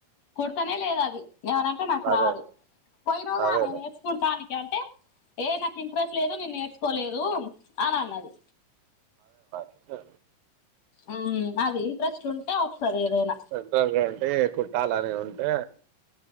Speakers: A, on the left; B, on the right.
A: కుర్తనే లేదు అది ఏమనంటే నాకు
B: అదే
A: రాదు పోయినవ్గా
B: అదేలే
A: నే నేర్చుకుంటానికి అ ఏ నాకు ఇంట్రెస్ట్ లేదు నేను నేర్చుకోలేదు అని అన్నది
B: సరే
A: ఉమ్ అది ఇంటంట్రెస్ట్ ఉంటే వస్తది ఏదైనా
B: ఉంటదిగంటె కుట్టాలని ఉంటే